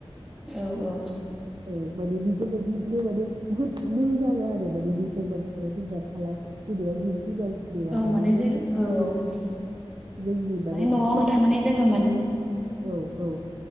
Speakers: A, in the centre; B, on the right.
A: औ औ
B: औ माने बेफोरबायदिनो माने बुहुद मोजां आरो माने बे बा जबा फालाय जेनेबा जिब जुनार फिसिनाया
A: औ
B: माने ज
A: जों औ औ
B: जोंनि माने सम
A: न'आवनो थानानै जोङो माने
B: औ औ